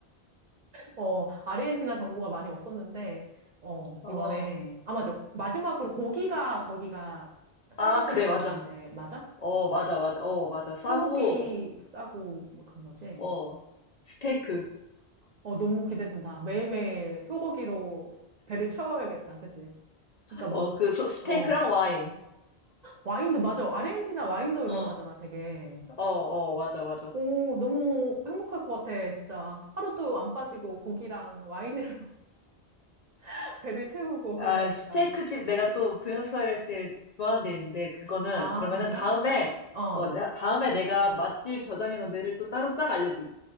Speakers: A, on the right; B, on the left.
A: 어, 아르헨티나 정보가 많이 없었는데, 어,
B: 어,
A: 이번에, 아, 맞아. 마지막으로 고기가, 거기가 싸다고
B: 아, 그래,
A: 들었는데,
B: 맞아.
A: 맞아?
B: 어, 맞아, 맞아. 어, 맞아. 싸고,
A: 소고기 싸고, 뭐 그런 거지?
B: 어, 스테이크.
A: 어, 너무 기대된다. 매일매일 소고기로 배를 채워야겠다. 그치? 그러니까 뭐,
B: 어, 그, 소- 스테이크랑
A: 어,
B: 와인.
A: 와인도, 맞아. 아르헨티나 와인도
B: 어,
A: 유명하잖아, 되게.
B: 어, 어, 맞아, 맞아.
A: 오, 너무 행복할 것 같아, 진짜. 하루도 안 빠지고 고기랑 와인으로 <laughs> 배를 채우고 그래야겠다.
B: 아, 스테이크 집 내가 또 부에노스아이레스에 좋아하는 데 있는데, 그거는,
A: 아,
B: 그러면은
A: 진짜?
B: 다음에,
A: 어, 어.
B: 어, 나- 다음에 내가 맛집 저장해 놓은 데를 또 따로 쫙 알려줄게.